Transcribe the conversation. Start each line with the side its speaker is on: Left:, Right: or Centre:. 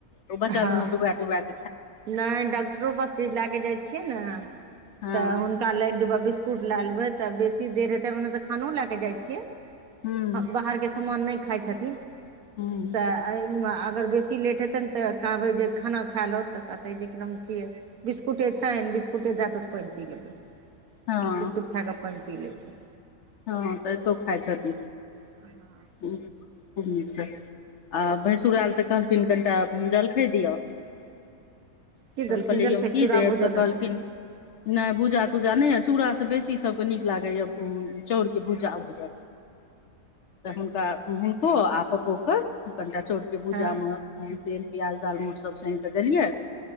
Left: ओ बच्चा
Right: हँ
Left: जेना डूबाए डूबाए
Right: नहि डॉक्टरो पास लाएके जाइ छियै न
Left: हँ
Right: तऽ हूँन ताले एक डिब्बा बिस्कुट लए लेबै तऽ बेसी देर हेतै ओनतऽ खानो लाए कऽ जाइ छियै
Left: हूँ
Right: हाँ बाहरके समान नै खाइ छथिन
Left: हूँ
Right: तऽ एहिमे अगर बेसी लेट हेतैन तऽ कहबै जे खाना खा लौथ तऽ कहतै जे की हम छियै बिस्कुटे छैन बिस्कुटे दए दौथ पैइन पी लेबै
Left: हँ
Right: बिस्कुट खा कऽ पैइन पी लेबै
Left: हाँ एतो खाइ छथिन
Right: <unintelligible>
Left: हूँ खुब नीक सँ आ भैंसुर आएल तऽ कहलखिन कनिटा जलखै दिअ
Right: की
Left: तऽ
Right: देलखिन
Left: हम कहलियै
Right: जलखै
Left: यौ की
Right: चूड़ा
Left: देब
Right: भुजल
Left: तऽ कहलखिन
Right: हेतै
Left: नहि भूजा तूजा नहि याऽ चूड़ासँ बेसी सभके नीक लागैए या चाउरके भूजा भूजल तऽ हुनका हुनको आ पपो केऽ कनिटा चाउर के भूजामे
Right: हँ
Left: नून तेल प्याज दालमोट सब सैन कऽ देलियै